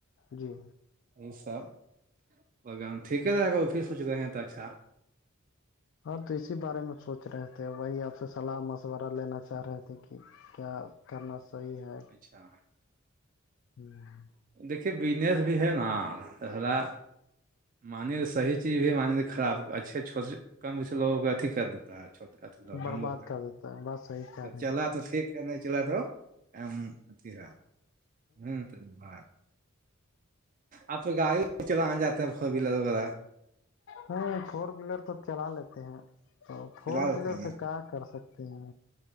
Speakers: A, on the left; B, on the right.
A: جی
B: یہ سب بگان ٹھیک رہے گا آپ سوچ رہے ہیں تو اچھا
A: ہاں تو اسی بارے میں سوچ رہے تھے وہی آپ سے صلاح مشورہ لینا چاہ رہے تھے کہ کیا کرنا صحیح ہے
B: اچھا
A: ہوں
B: دیکھیے بزنس بھی ہے نا پہلا مان لیجیے صحیح چیز بھی مان لے خراب اچھے اچھو کم سے لوگ کو اھی کر لوگ
A: برباد
B: ہم لوگ
A: کر دیتا ہے بات صحیح کہہ رہے
B: چل
A: ہیں
B: تو ٹھیک ہے نہیں چل تو مھیا ہ <unintelligible> اپ لوگ گاڑیاں چلانے جا رہے ہیں سبھی لوگ وغیرہ
A: ہاں فور ویلر تو چلا لیتے ہیں تو فور
B: چلا لیتے
A: ویلر
B: ہیں
A: سے کیا کر سکتے ہیں